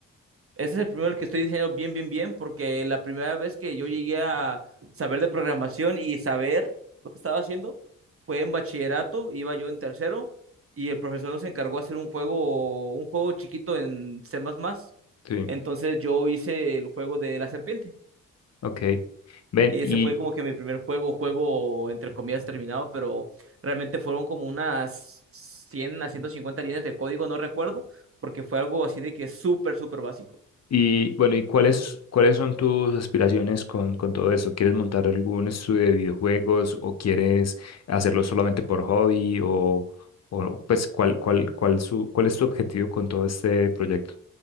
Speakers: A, on the right; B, on the left.
A: Ese es el primero que estoy diciendo bien, bien, bien, porque la primera vez que yo llegué a saber de programación y saber lo que estaba haciendo fue en bachillerato, iba yo en tercero y el profesor nos encargó hacer un juego, un juego chiquito en C++.
B: Sí,
A: Entonces yo hice el juego de la serpiente
B: ok. Ven,
A: y
B: y,
A: ese fue como que mi primer juego, juego entre comillas terminado, pero realmente fueron como unas 100 a 150 líneas de código, no recuerdo, porque fue algo así de que súper, súper básico.
B: Y bueno, ¿y cuáles, cuáles son tus aspiraciones con, con todo eso? ¿Quieres montar algún estudio de videojuegos o quieres hacerlo solamente por hobby o, o, pues cuál, cuál, cuál su, cuál es tu objetivo con todo este proyecto?